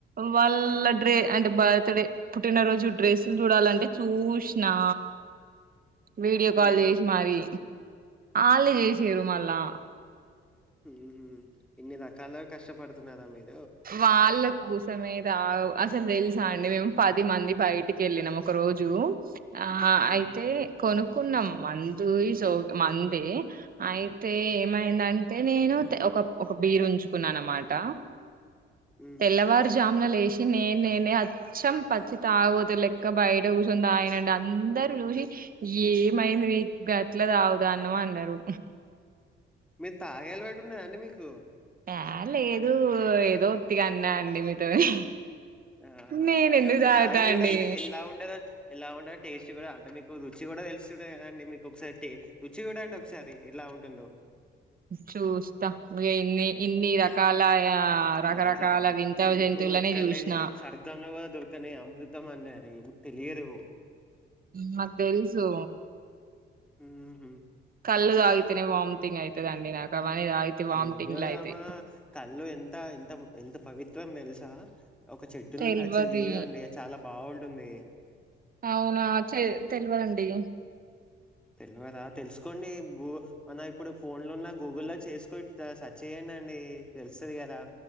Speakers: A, on the right; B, in the centre.
A: వాళ్ళ డ్రే అంటే బర్త్డే పుట్టినరోజు డ్రెస్సులు చూడాలంటే చూశనా వీడియో
B: ఉహు
A: కాల్ చేసి మరి అల్లే చేసిరు మళ్ళా
B: ఉమ్ హామ్ ఇన్ని రకాలుగా కష్టపడుతున్నారా మీరు
A: వాళ్ళ కోసమే అసలు తెలుసా అండి మేము పది మంది బయటికి వెళ్ళినం ఒక రోజు ఆ
B: ఉహు,
A: అయితే కొనుక్కున్నాం మందు సో మందే అయితే ఏమైందండ్ అయితే నేను ఒక్క బీరు ఉంచుకున్నాను అన్నమాట
B: ఉహు.
A: తెల్లవారుజామ్ ల లేసి నేను నేనే అచ్చం పచ్చి తాగదు లెక్క బయట కూర్చొని తాగనడి అందరు చూసి ఏమైంది మీ గట్ల తాగుతాన్డావ్ అన్నారు
B: మీరు తాగే అలవాటు ఉన్నాదండి మీకు
A: ఏ లేదు ఏదో ఉట్టిగా అన్నా అండి మీతోనీ
B: ఆహా
A: నేను ఎందుకు
B: ఒకసారి
A: తాగుతా
B: తాగి చూడండి
A: అండి
B: ఎలా ఉంటదో ఎలా ఉండదు టేస్ట్ కూడా అంటే మీకు రుచి కూడా తెలుస్తు కండి మీకు ఒకసారి రుచి కూడా అండి ఒకసారి ఇలా ఉంటుందో
A: చూస్తా ఇన్ని ఇన్ని రకాల రకరకాల
B: దాంట్లో అమ్
A: వింత
B: అది మీకు
A: జంతువులనే
B: ఇక్కడ
A: చూసిన
B: లేని సర్గంలో కూడా దొరకని అమృతం అన్నారు తెలియేది
A: మ నక్ తెల్సు
B: హమ్
A: కల్ళగితే వామిటింగ్ అవుతుదండి నాకు అవన్నీ తాగితే వామిటింగ్లు
B: అ ఇయ్యో
A: అయితాయి
B: అమ్మ కల్ళు ఎంత ఎంత ఎంత పవిత్ర ఇత్రం తెల్సా ఒక చెట్టు
A: తెల్వది
B: నుంచి వచ్చి నీళ్ళ అండి చాలా బాగుంటుంది
A: అవునా చె తెలివదండి
B: తెలివద తెలుసుకోండి గూ మనం ఇప్పుడు ఫోన్ లో ఉన్న గూగుల్లో చేసుకుసెర్చ్ చేయ్యనండి తెలుస్తుంది కదా